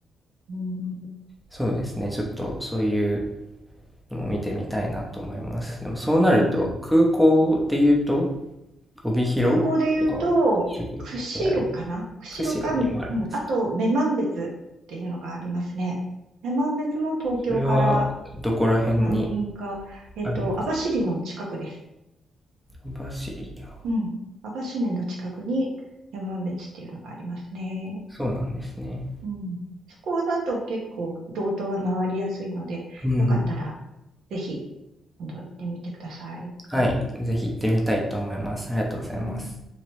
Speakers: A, on the right (about 80°); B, in the centre.
A: うん、
B: そうですね。ちょっとそういうのも見てみたいなと思います。でもそうなると、
A: えー
B: 空港で言うと、帯広とか、
A: 空港で言うと、
B: 釧路にある。
A: 釧路かな釧路か、
B: 釧路にもあるんです。
A: うん、あと、女満別っていうのがありますね。女満別も東京から
B: それはどこら辺に
A: 何便か、えっと、
B: あるんですか
A: 網走の近くです。
B: 網走か。
A: うん。網走の近くに山別っていうのがありますね。
B: そうなんですね。
A: うん。そこだと結構、道東は回りやすいので、
B: うん。
A: よかったら、ぜひ、今度行ってみてください。
B: はい。ぜひ行ってみたいと思います。ありがとうございます。
A: ね